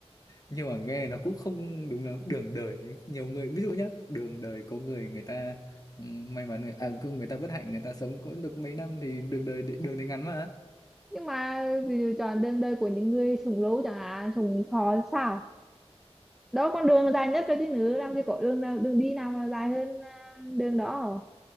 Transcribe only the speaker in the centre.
nhưng mà ví dụ chọn đường đời của những người sống lâu chẳng hạn sống thọ sao đó con đường dài nhất rồi chứ nữa làm gì có đường nào đường đi nào mà dài hơn à, đường đó